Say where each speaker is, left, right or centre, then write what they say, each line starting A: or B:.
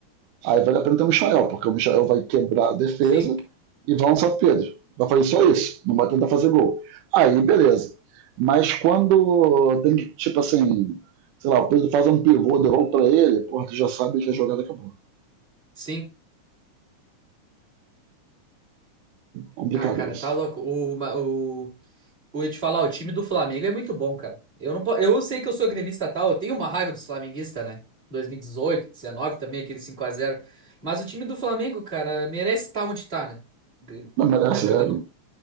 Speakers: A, on the right (about 85°); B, on the right (about 20°).
A: Aí vale a pena ter o Michael, porque o Michael vai quebrar a defesa
B: sim,
A: e vai lançar o Pedro. Vai fazer só isso, não vai tentar fazer gol. Aí, beleza. Mas quando tem que, tipo assim, sei lá, o Pedro faz um pivô, devolve pra ele, porra, tu já sabe que a jogada acabou.
B: sim.
A: Complicado
B: Ah, cara,
A: isso.
B: tá louco. O, ma- o, o, eu ia te falar, o time do Flamengo é muito bom, cara. Eu não, po- eu sei que eu sou gremista tal, eu tenho uma raiva dos flamenguistas, né? 2018, 19 também, aquele cinco a zero Mas o time do Flamengo, cara, merece estar onde tá, né? G-
A: Não merece,
B: Tá jogando.
A: é,